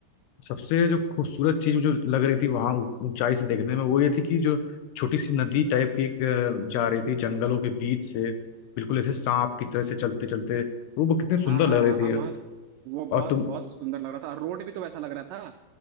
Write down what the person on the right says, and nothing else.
हाँ हाँ
हाँ, वहाँ वो बहुत
बहुत सुंदर लग रहा था और रोड भी तो वैसा लग रहा था